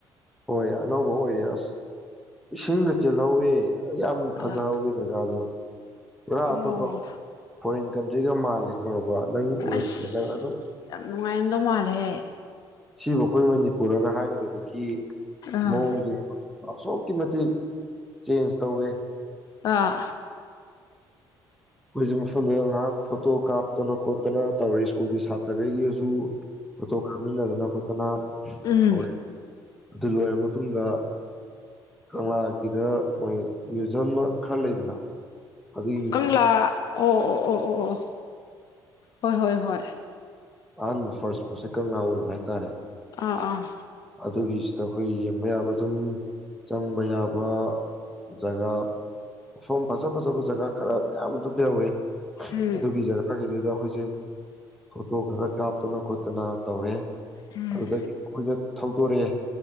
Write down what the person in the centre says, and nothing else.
ꯍꯣꯏ ꯑꯅꯧꯕ ꯑꯣꯏꯔꯦ ꯑꯁ ꯏꯁꯤꯡꯗ ꯆꯦꯜꯍꯧꯋꯤ ꯌꯥꯝ
ꯐꯖꯍꯧꯋꯤ ꯖꯒꯥꯗꯣ ꯄꯨꯔꯥ
ꯑꯇꯣꯞꯄ ꯐꯣꯔꯦꯟ ꯀꯟꯇ꯭ꯔꯤꯒ ꯃꯥꯜꯂꯦ ꯈ ꯑꯣ ꯅꯪ ꯎꯔꯁꯤꯅꯦ
ꯅꯪ ꯑꯗꯨꯝ
ꯁꯤꯕꯨ ꯑꯩꯈꯣꯏ ꯃꯅꯤꯄꯨꯔꯒ ꯍꯥꯏꯒꯗꯕꯒꯤ
ꯃꯣꯡ ꯑꯁꯨꯛꯀꯤ ꯃꯇꯤꯛ ꯆꯦꯟꯖ ꯇꯧꯋꯦ
ꯍꯧꯖꯤꯛ ꯃꯐꯝꯗꯨꯗ ꯉꯥꯏꯍꯥꯛ ꯐꯣꯇꯣ ꯀꯥꯞꯇꯅ ꯈꯣꯠꯇꯅ ꯇꯧꯔꯤ ꯁ꯭ꯀꯨꯜꯒꯤ ꯁꯥꯇ꯭ꯔꯈꯩꯒꯤꯒꯁꯨ ꯐꯣꯇꯣ ꯀꯥꯞꯃꯤꯟꯅꯗꯅ ꯈꯣꯠꯇꯅ
ꯇꯧꯔ ꯑꯗꯨ ꯂꯣꯏꯔ ꯃꯇꯨꯡꯗ ꯀꯪꯂꯥꯒꯤꯗ ꯃꯣꯏ ꯃ꯭ꯌꯨꯖꯝ ꯈꯔ ꯂꯩꯗꯅ ꯑꯗꯨ
ꯑꯍꯥꯟꯕ ꯐꯔꯁꯄꯣꯁꯦ ꯀꯪꯂꯥ ꯑꯣꯏꯕ ꯍꯥꯏꯇꯥꯔꯦ
ꯑꯗꯨꯒꯤꯁꯤꯗ ꯑꯩꯈꯣꯏ ꯌꯦꯡꯕ ꯌꯥꯕ ꯑꯗꯨꯝ ꯆꯪꯕ ꯌꯥꯕ ꯖꯒꯥ ꯃꯣꯝ ꯐꯖ ꯐꯖꯕ ꯖꯒꯥ ꯈꯔ ꯃꯌꯥꯝ ꯑꯗꯨꯝ ꯌꯥꯎꯋꯦ
ꯑꯗꯨꯒꯤ ꯖꯒꯥꯒꯤꯗꯨꯗ ꯑꯩꯈꯣꯏꯁꯦ ꯐꯣꯇꯣ ꯈꯔ ꯀꯥꯞꯇꯅ ꯈꯣꯠꯇꯅ ꯇꯧꯔꯦ
ꯑꯗꯨꯗꯒꯤ ꯃꯈꯣꯏꯅ ꯊꯧꯗꯣꯔꯛꯑꯦ